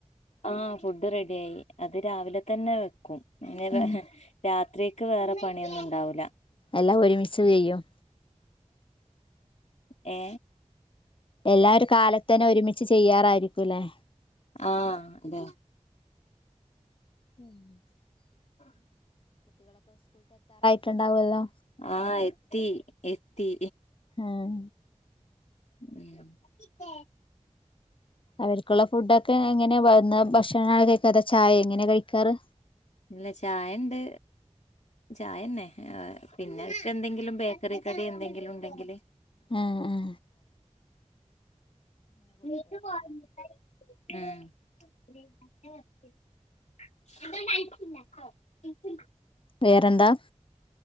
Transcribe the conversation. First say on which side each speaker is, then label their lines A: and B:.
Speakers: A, on the left (about 70°); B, on the left (about 45°).
A: ആഹ ഫുഡ് റെഡിയായി അത് രാവിലെതന്നെ വെക്കും <unintelligible>
B: ഉം
A: രാത്രി ക്ക് വേറെ പണിയന്നും ഉണ്ടാവൂല
B: എല്ലാം ഒരുമിച്ചുച്ചയ്യും
A: ഏ
B: എല്ലാരു കാലത്തന്നെ ഒരുമിച്ച് ചെയ്യാറായിരിക്കുല്ലേ
A: ആഹ തെ
B: <unintelligible>
A: ആ
B: തണ്ടാവുല്ലോ
A: ആ എത്തി എത്തി
B: ഉം
A: <inaudible>
B: അവർക്കുള്ള ഫുഡൊക്കെ എങ്ങനെ വന്ന ഭക്ഷണകഴിക്ക അതോ ചായ ങ്ങനെ കഴിക്കാറ്
A: ഇല്ല ചായണ്ട് ചായന്നെ <unintelligible> പിന്നെന്തെങ്കിലും ബേക്കറികടി എന്തെങ്കിലും ഉണ്ടെങ്കില്
B: ആഹ ആ
A: <inaudible> ആഹ <unintelligible> <inaudible>
B: വേറെന്താ